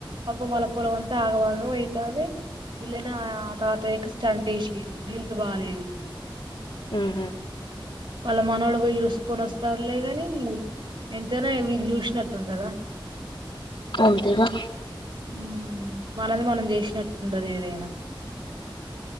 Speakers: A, on the right (about 70°); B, on the left (about 80°).
A: పాపం వల్ల పొలం అంత ఆగమగం అయితంది ఇల్నే ఆ తాతయ్య కి స్టంట్ ఎష్ హిరూ హెల్త్ బాలేదు
B: హ్మ్ హు
A: వాళ్ళ మనవడు పోయి చూసుకొని వస్తార్ లేద ని ఎంతైనా వీళ్ళు చూసినట్టుంటదా
B: అంతేగా
A: ఉమ్, మనది మనం చేసినట్టు ఉంటది ఏదైనా